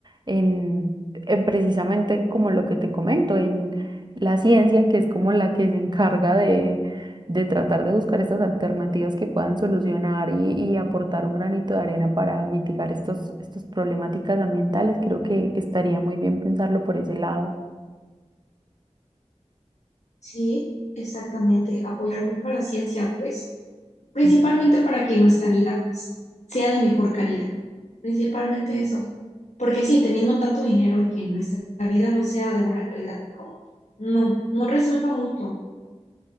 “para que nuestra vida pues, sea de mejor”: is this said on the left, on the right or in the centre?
Left